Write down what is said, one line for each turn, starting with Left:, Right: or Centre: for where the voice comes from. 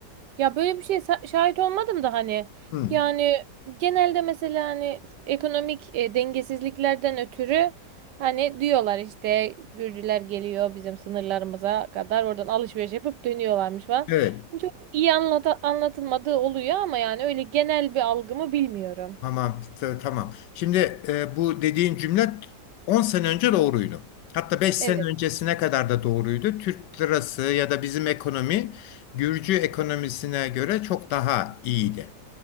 Right: Ya böyle bir şeye sa- şahit olmadım da hani
Left: Hı.
Right: yani genelde mesela hani ekonomik e, dengesizliklerden ötürü hani diyorlar işte Gürcüler geliyor bizim sınırlarımıza kadar oradan alışveriş yapıp dönüyorlarmış falan.
Left: Evet.
Right: Hani Çok iyi anlata- anlatılmadığı oluyor ama yani öyle genel bir algımı bilmiyorum.
Left: Tamam, t- tamam. Şimdi e, bu dediğin cümle 10 sene önce doğruydu. Hatta 5 sene
Right: Evet.
Left: öncesine kadar da doğruydu. Türk lirası ya da bizim ekonomi Gürcü ekonomisine göre çok daha iyiydi.